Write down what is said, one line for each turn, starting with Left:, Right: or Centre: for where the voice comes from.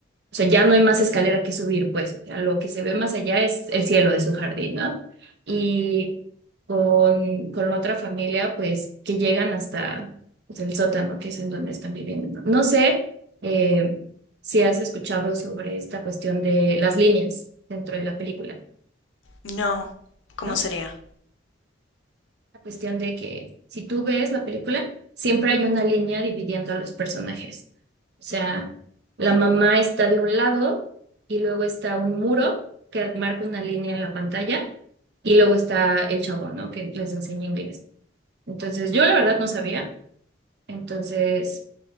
Right: o sea, ya no hay más escalera que subir, pues. O sea, lo que se ve más allá es el cielo de su jardín, ¿no? Y con, con la otra familia, pues, que llegan hasta pues, el sótano, que es en donde están viviendo, ¿no? No sé eh, si has escuchado sobre esta cuestión de las líneas dentro de la película,
Left: No, ¿cómo
Right: ¿no?
Left: sería?
Right: cuestión de que si tú ves la película, siempre hay una línea dividiendo a los personajes. O sea, la mamá está de un lado y luego está un muro que marca una línea en la pantalla y luego está el chavo, ¿no? Que les enseña inglés. Entonces, yo la verdad no sabía. Entonces,